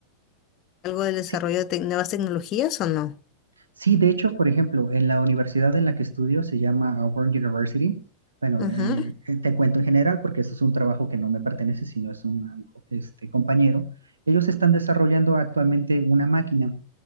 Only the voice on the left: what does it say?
algo del desarrollo
de tec- nuevas tecnologías o no?
Ujú,